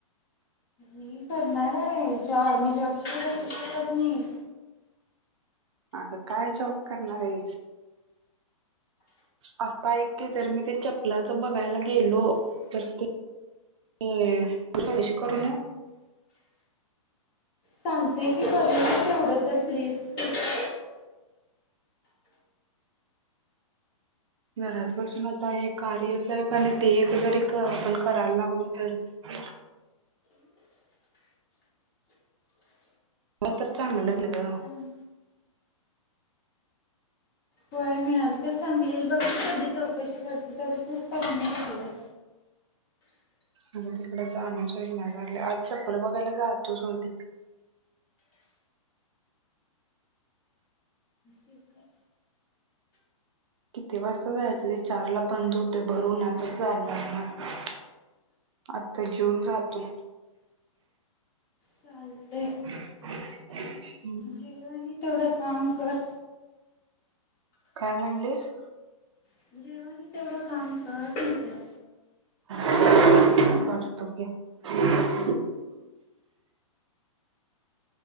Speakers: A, on the left; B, on the right.
A: मी करणार आहे जॉब मी जॉब शिवाय बसू शकत नाही.
B: आग काय जॉब करणार आहे? आता एक की जर मी ते चपलाच बघायला गेलो तर ते. ते तुला कशी करून.
A: चालते की करूया तेवढं तर प्लीज पज.
B: घरात बसून आता हे कार्यच आहे का आणि ते एक जरी आपण करायला लावल तर. <unintelligible> मग तर चांगलं ग.
A: म्हण होय मिळाल तर चांगले बघ त कधी चौकशी करते तर तूच कराय झालास.
B: म्हणजे तिकडं जाण्यासाठी नाही झाले आज चप्पल बघायला ज तू सोडती.
A: ठीक आहे.
B: किती वाजता जायचं ते चारला बंद होत भरून आताच जायला लागणार. आता जेऊन जातो.
A: चालते.
B: <unintelligible>
A: जेव आनी तेवडं काम कर.
B: काय म्हणलीस?
A: <unintelligible> तेवढं काम कर म्हटलं.
B: <unintelligible>